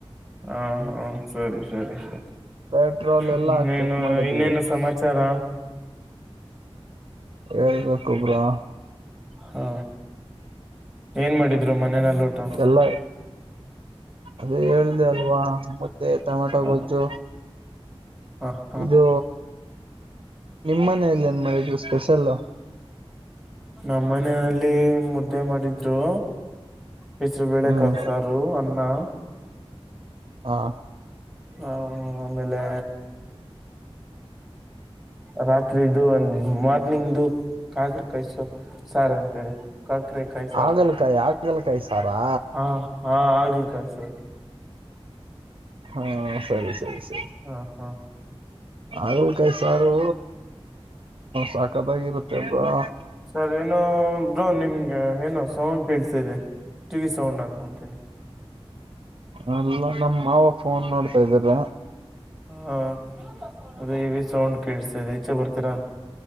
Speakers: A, in the centre; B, on the right.
A: ಹಾ ಹಾ ಸರಿ ಸರಿ ಸರಿ.
B: ಪೆಟ್ರೋಲ್ ಎಲ್ಲಾ
A: ನೀ ಏನು
B: ಚೆಕ್ ಮಾಡಿದ್ವಿ
A: ಇನ್ನೇನು ಸಮಾಚಾರ
B: ಹೇಳ್ಬೇಕು ಬ್ರೋ.
A: ಹಾ ಏನ್ ಮಾಡಿದ್ರು ಮನೇನಲ್ಲ ಊಟಾ
B: ಎಲ್ಲ ಅದೇ ಹೇಳ್ದ ಅಲ್ವಾ ಮುದ್ದೆ ಟೊಮೆಟೊ
A: ಹ
B: ಗೊಜ್ಜು
A: ಹ ಹ
B: ಇದು ನಿಮ್ಮನೆಯಲ್ಲಿನ್ ಮಾಡಿದರು ಸ್ಪೆಷಲ್
A: ನಮ್ಮ ಮನೆಯಲ್ಲಿ ಮುದ್ದೆ ಮಾಡಿದ್ರು ಹೆಸರು ಬೇಳೆ
B: ಹ್ಮ್
A: ಕಾಳ ಸಾರು ಅನ್ನಾ
B: ಹಾ
A: ಹಾ ಆಮೇಲೆ ಹ ರಾತ್ರಿ ಇದು ಒಂದ ಮತ್ತ ನಿಂದು ಕಾಕರೆೆ ಕಾಕರೆಕಾಯಿ ಸಾರು ಅಂತದೆ ಕಾಕರೆ ಕಾಯಿಸಾ
B: ಹಾಗಲ್ ಕಾಯಿ ಹಾಗಲಕಾಯಿ ಹಾಗಲಕಾಯಿ ಸಾರಾ
A: ಹಾ ಹಾ ಹಾಗಲಕಾಯಿ ಸಾರ್
B: ಹಾ ಸರಿ ಸರಿರಿ
A: ಹ್ಮ ಹ್ಮ್
B: ಹಾಗಲಕಾಯಿ ಸಾರು ಸಾಕದಾಗಿರುತ್ತೆ ಅಂದ್ರ <unintelligible>
A: ಸರ್ ಏನೋ ಬ್ರೋ ನಿಮ್ಗೆ ಏನ ಸೌಂಡ್ ಕಳ್ಸ ಇದೆ ಟಿವಿ ಸೌಂಡ್ ಅನ್ಕೊತೀನಿ
B: ಅಲ್ಲ ನಮ್ಮ ಮಾವ ಫೋನ್ ನೋಡ್ತಾ ಇದ್ದ್ರ
A: ಹಾ ಅದ ಹೆವಿ ಸೌಂಡ್ ಕೇಳಸ್ತದೆ ಈಚೆ ಬರ್ತೀರಾ